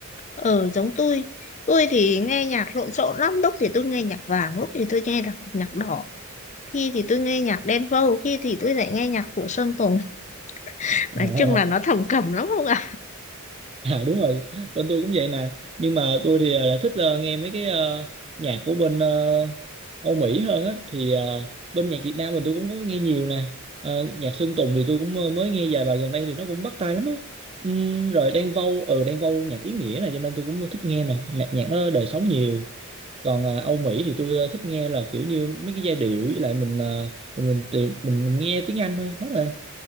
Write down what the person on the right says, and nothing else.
Ồ.
À đúng rồi, bên tôi cũng vậy nè. Nhưng mà tôi thì ờ, lại thích ờ, nghe mấy cái ờ, nhạc của bên ờ, Âu Mỹ hơn á. Thì ờ, bên nhạc Việt Nam mình tôi cũng có nghe nhiều nè. Ờ, nhạc Sơn Tùng thì tôi cũng ờ, mới nghe vài bài gần đây thì nó cũng bắt tai lắm á. Ừm, rồi Đan Vâu, ừ Đan Vâu nhạc ý nghĩa này cho nên tôi cũng thích nghe nè. Nhạc, nhạc nó đời sống nhiều. Còn ờ, Âu Mỹ thì tôi ờ, thích nghe là kiểu như mấy cái giai điệu với lại mình ờ, mình mình tìm mình mình nghe tiếng Anh thôi hết rồi.